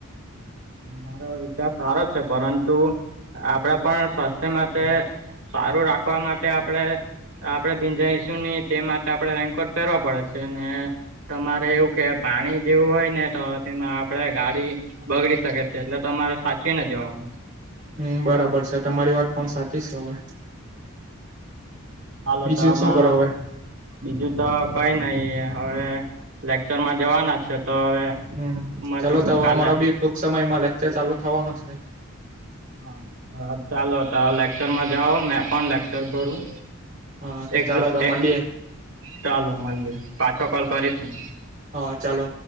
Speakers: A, on the right (about 70°); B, on the right (about 40°).
A: તમારો વિચાર સારો છે પરંતુ આપડે પણ સ્વાસ્થ્ય માટે સારું રાખવા માટે આપડે આપડે ભીંજાઈશું નહી તે માટે આપડણે રેન્કોટ પહેરવા પડે છે ને તમારે એવું કે પાણી જેવું હોય ને તો તેમાં આપડે ગાડી બગડી શકે છે એટલે તમારે સાચવી ને જવાનું.
B: હમ બરાબર છે તમારી વાત પણ સાચી છે હવે.
A: હાલો
B: બીજું
A: તો આ
B: શું
A: મારા
B: કરો હવે
A: બીજું તો કઈ નઈ હવે લેકચરમાં જવાના છે તો હવે
B: હમ
A: મલ
B: ચાલો તો હવે
A: કાલે
B: અમારો બી ટૂંક સમય માં લેક્ચર ચાલુ થવાનો છે.
A: હા હા ચાલો તા લેક્ચરમાં જાઓ મેં પણ લેક્ચર ભરું.
B: હા તો
A: એ
B: ચાલો તો
A: એ
B: મળીએ
A: ચાલો મળીએ પાછો કોલ કરીશું.
B: હ ચાલો.